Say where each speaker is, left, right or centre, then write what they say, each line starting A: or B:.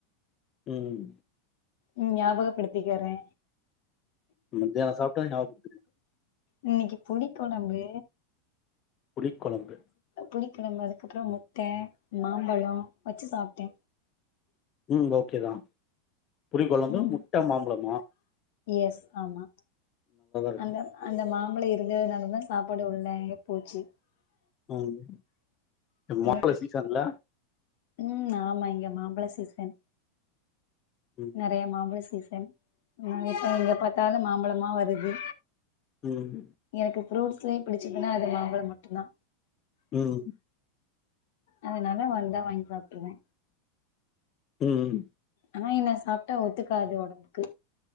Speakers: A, on the left; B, on the left.
A: ம் ம்
B: ம் ஞாபகப்படுத்திக்கிரே
A: மதியானோ சாப்ட்டது <unintelligible>
B: இன்னெக்கி புளி கொழம்பு
A: புளிக்கொலம்பு
B: புளிக்கொலம்பு அதுக்கப்பறோ முட்ட மாம்பழோ வச்சு சாப்ட்டே
A: ம் ஓகேதா புளி கொழம்பு
B: ம்
A: முட்ட மாம்பலமா
B: எஸ் ஆமா
A: இருக்கும்
B: அந்த அந்த மா மாம்பல இருந்ததுனால தா சாப்பாடு உள்ளயே போச்சு
A: ம் மாம்பழம்
B: எனக்கு
A: சீசன்ல
B: ம் ஆமா இங்க மாம்பள சீசன்
A: ம்
B: நெறையா மாம்பல சீச இப்ப எங்க பாத்தாலு மாம்பலமா வருது
A: ம்
B: எனக்கு ஃப்ரூட்ஸ்லயே புடிச்சதுனா அது மாம்பலம் மட்டும்தா
A: ம்
B: அதனால வந்தா வாங்கி சாப்ட்ருவ
A: ம்
B: ஆனா என்ன சாப்ட்டா ஒத்துக்காது ஒடம்புக்கு